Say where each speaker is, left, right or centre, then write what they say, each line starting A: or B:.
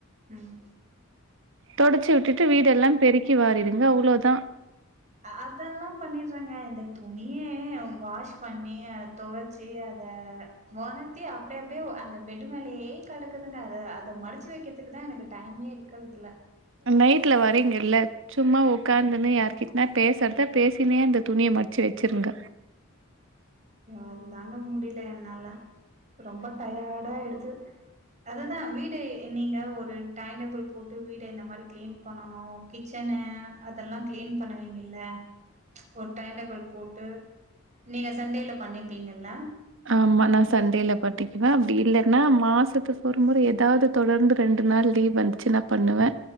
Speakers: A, on the right (about 35°); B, on the right (about 65°).
A: ம்
B: தொடச்சி வுட்டுட்டு வீடெல்லா பெருக்கி வாரிடுங்க அவ்ளோதா
A: அதல்லா பண்ணிட்றாங்க இந்த துணியே வாஷ் பண்ணி அத தொவச்சி அத வொனத்தி அப்டி அப்டியே அந்த பெட்டு மேலேயே கெடக்குதுங்க அது அத மடிச்சு வைக்கிறதுக்குதா எனக்கு டைமே இரு க்கறதுல
B: நைட்ல வரீங்கல்ல சும்மா உக்காந்துனு யாருக்கிட்டனாது பேசுறத பேசினே இந்த துணிய மடிச்சு வச்சிருங்க
A: நானுந்தாங்க முடியில என்னால ரொம்ப டயர்டா ஆயிடுது அதுதா வீடு நீங்க ஒரு டைம் டேபிள் போட்டு வீட இந்த மாரி கிளீன் பண்ணணு கிச்சனு அதெல்லா க்ளீன் பண்ணுவீங்கல்ல ஒரு டைம் டேபிள் போட்டு நீங்க சண்டேல பண்ணிர்ப்பீங்கல்ல
B: ஆமா நா சண்டேல பண்ணிக்குவே அப்டி இல்லன்னா மாசத்துக்கு ஒரு முற எதாது தொடர்ந்து ரெண்டு நாள் லீவ் வந்துச்சுனா பண்ணுவே